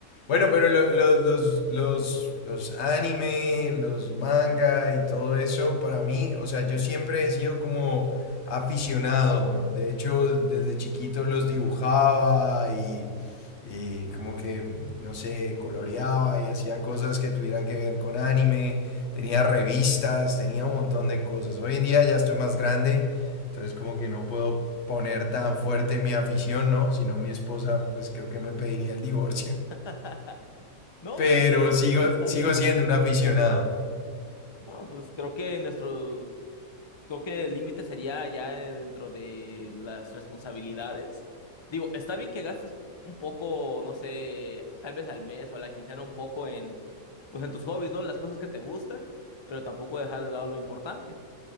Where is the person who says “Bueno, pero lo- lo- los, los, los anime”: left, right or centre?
Left